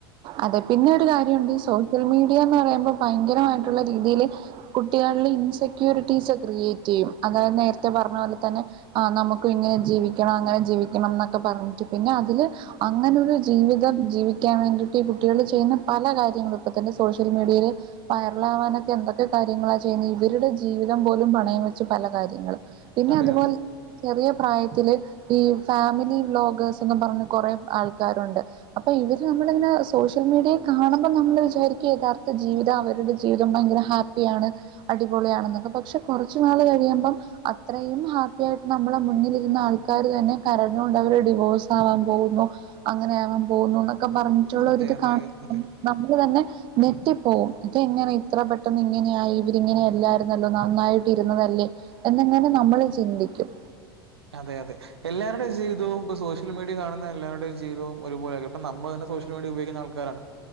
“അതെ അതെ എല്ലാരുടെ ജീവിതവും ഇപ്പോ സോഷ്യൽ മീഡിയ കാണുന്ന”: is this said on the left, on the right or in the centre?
Right